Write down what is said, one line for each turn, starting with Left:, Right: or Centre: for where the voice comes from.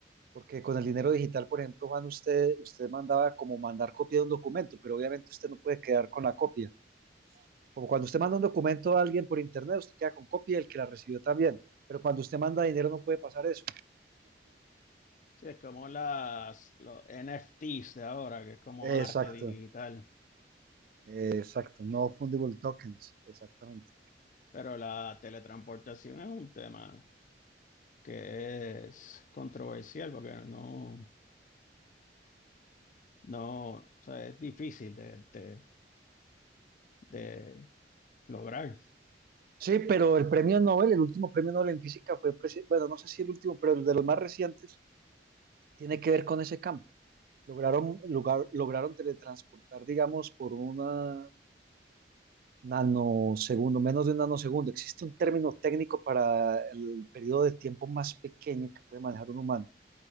Right: porque con el dinero digital, por ejemplo, Juan, usted, usted mandaba como mandar copia de un documento, pero obviamente usted no puede quedar con la copia. Como cuando usted manda un documento a alguien por internet, usted queda con copia y el que la recibió también. Pero cuando usted manda dinero no puede pasar eso.
Left: Sí, es como las, los NFTs de ahora, que es como arte
Right: Exacto,
Left: digital.
Right: eh, exacto. No fundable tokens, exactamente.
Left: Pero la teletransportación es un tema. que es controversial porque no, no, o sea, es difícil de, de- de lograr.
Right: Sí, pero el premio Nobel, el último premio Nobel en física fue, presi- bueno, no sé si el último, pero el de los más recientes tiene que ver con ese campo. Lograron, lugar- lograron teletransportar, digamos, por una nanosegundo, menos de un nanosegundo. Existe un término técnico para el periodo de tiempo más pequeño que puede manejar un humano.